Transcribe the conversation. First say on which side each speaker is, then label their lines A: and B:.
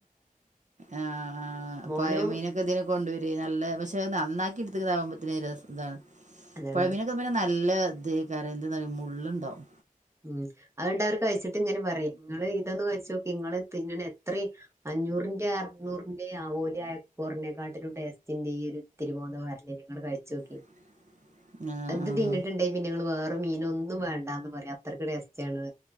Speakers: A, on the right; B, on the right.
A: ആഹ
B: മോനും
A: പൂഴമീൻ തിനെ കൊണ്ടുവര നല്ല പക്ഷെ നന്നാക്കി എടുത്തക്കതാകുമ്പോത്തെ ഇതാണ്
B: അതാണ്
A: പുഴവി ഇത് പിന്നെ നല്ല ഇത ക എന്ത പറയ മള് ഉണ്ടാവും
B: ഉം അതുകൊണ്ട് അവർ കഴിച്ചിട്ട് ഇങ്ങനെ പറയും നിങ്ങള് ഇതൊന്നന്ന് കഴിച് നോക്കി നിങ്ങൾ തിനെണ എത്രയും അഞ്ഞൂറിന്റെ അറുന്നൂറിന്റെ ആവോലി ഐകുറിനെക്കാട്ടിലും ടെസ്റ്റന്റെ ഈ ഒരു ത്തിരി പോന്നോ പറഞ്ഞല്ലേ നിങ്ങള് കഴിച്ചു നോക്കി
A: <inaudible> ആഹ്
B: അത് തിന്നിട്ടുണ്ടായി പിന്നെ ഇങ്ങള് വേറെ മീന് ഒന്നും വേണ്ടന്ന് പറയാ അത്രക്കടെസ്റ്റാണ്